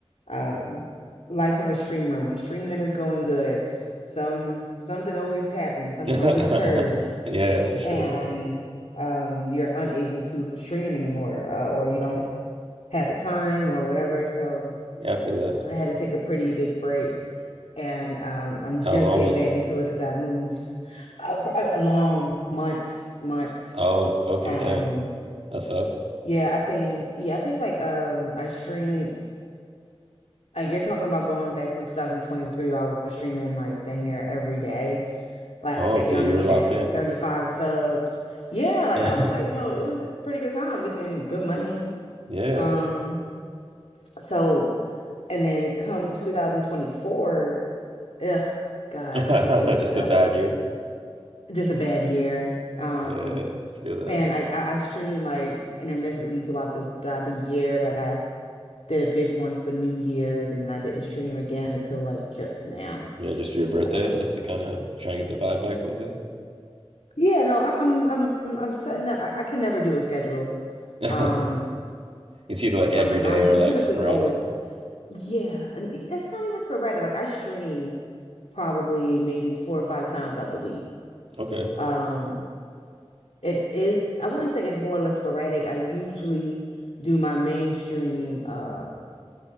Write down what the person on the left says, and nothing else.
um life of a streamer when streaming is going good, some something always happens,
something
always occurs,
and um you're unable to stream anymore, uh, or you don't have the time or whatever. So
I had to take a pretty big break and um, I'm
just
getting
back
into it because I moved uh, for a a long months, months.
Um,
yeah, I think, yeah, I think like um, I streamed. Like you're talking about going back from 2023, I was streaming like dang near every day. Like,
like,
you know what
I mean?
I had
like 35 subs. Yeah, like
I was like, you know, it was a pretty good time making good money.
Um, so and then come 2024, ugh, God,
just
ugh.
just a bad year. Um,
and I, I I stream like intermittently throughout the throughout the year. Like I did a big one for New Year's, and then I didn't stream again until like just now.
Um,
yeah, no, I'm I'm I'm I'm setting up. I, I can never do a schedule.
Um,
um, because
I'm
I'm
typically
always yeah, and it's not even sporadic. Like I stream probably maybe four or five times out the week.
Um, It is, I wouldn't say it's more or less sporadic. I usually do my mainstream uh